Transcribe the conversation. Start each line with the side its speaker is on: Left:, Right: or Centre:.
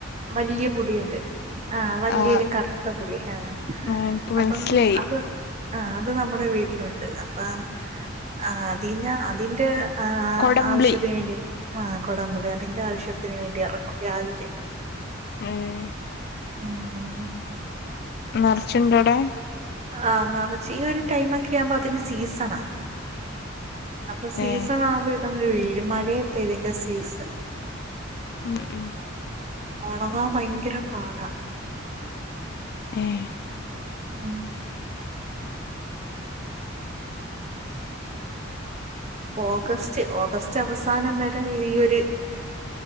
Right: വലിയ പുളിയുണ്ട് ആഹ് വലിയല്
Left: ആ
Right: കറുത്ത പുളി ആഹ്
Left: ആ എനിക്ക്
Right: അപ്പം
Left: മനസ്സിലായി
Right: അത് ആഹ് അത് നമ്മുടെ വീട്ടിലുണ്ട് അപ്പം ആ അതിഞ്ഞ അതിന്റെ ആഹ്
Left: കൊടംപുളി
Right: ആവശ്യത്തിന് വേണ്ടി ആ കൊടംമ്പുളി അതിന്റെ ആവശ്യത്തിന് വേണ്ടി ഇറങ്ങും രാവിലെ
Left: ഉം
Right: ഊം
Left: നിറച്ചുണ്ടോടെ
Right: ആഹ് നിറച്ച് ഈ ഒരു ടൈമൊക്കെ ആവുമ്പോ അതിന് സീസണാ അപ്പൊ സീസൺ
Left: ഏ
Right: ആവുമ്പോ ഇതങ്‌ വീഴും മഴയത്തെ ഇതിന്റെ സീസൺ
Left: ഉം ഉം
Right: ഉണങ്ങാൻ ഭയങ്കര പാടാ
Left: ഏഹ്
Right: ഉം ഓഗസ്റ്റ് ഓഗസ്റ്റ് അവസാനം വരെ ഈ ഒരു